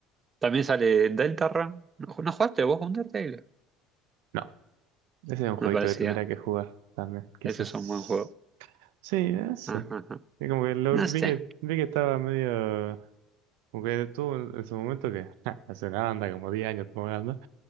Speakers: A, on the right; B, on the right.
A: También sale Deltarune. ¿No, no jugaste vos con Undertale?
B: No, ese es un jueguito
A: Me parecía.
B: que tendría que jugar también, quizás.
A: Ese es un buen juego.
B: Sí, eh, sí.
A: Ajá, ajá.
B: Es como que lo
A: No
B: vi
A: sé.
B: que vi que estaba medio. Porque tú en en su momento que <laughs> hace una banda, como 10 años estamos hablando,